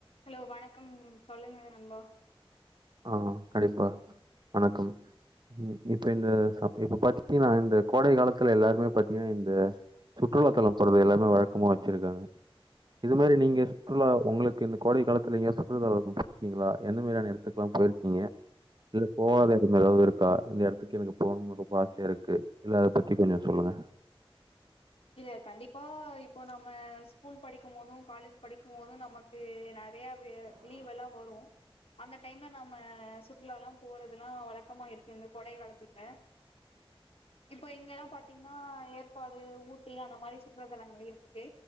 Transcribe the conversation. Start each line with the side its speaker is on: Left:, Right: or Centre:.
Left: ஹலோ வணக்கம் சொல்லுங்கது நண்பா
Right: ஆ கண்டிப்பா வணக்கம் இப்ப இந்த சம் இப்ப பாத்திங்னா இந்த கோடை காலத்துல எல்லாருமே பாத்திங்கனா இந்த சுற்றுலா தலம் போறது எல்லாமே வழக்கமா வச்சிருக்காங்க இது மாரி நீங்க சுற்றுலா ஒங்களுக்கு இந்த கோடை காலத்துல எங்கயா சுற்றுலா க்கிங்ளா எந்த மாரியான எடத்துக் லா பொயிர்க்கிங்க இல்ல போவாத எடம் ஏதாவ்து இருக்கா இந்த எடத்துக்கு எனக்கு போணுனு ரொம்ப ஆசையா இருக்கு இல்ல அத பத்தி கொஞ்சொ சொல்லுங்க
Left: இர கண்டிப்பா இப்பொ நம்ம ஸ்கூல் படிக்கும் போது காலேஜ் படிக்கும் போது நமக்கு ந டையாவிய லீவெல்லா வரு அந்த டைம்ல நம்ம சுற்றுலாலா போறதுனா வழக் கமா இருக்கு இந்த கொடை காலத்து ல இப்பொ இங்கலா பாத்திங்னா ஏற்காடு ஊட் டி அந்த மாரி சுற்றுலாத்தலங்கள் இருக்கு